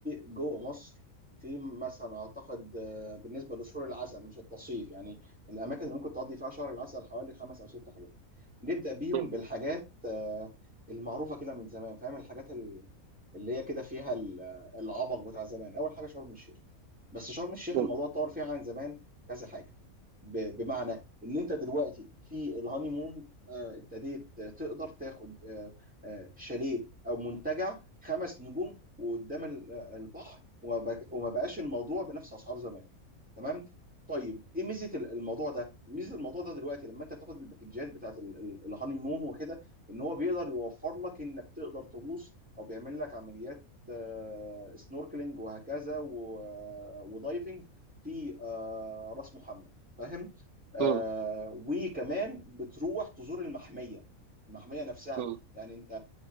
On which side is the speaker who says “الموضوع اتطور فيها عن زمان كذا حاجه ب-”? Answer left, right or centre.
Centre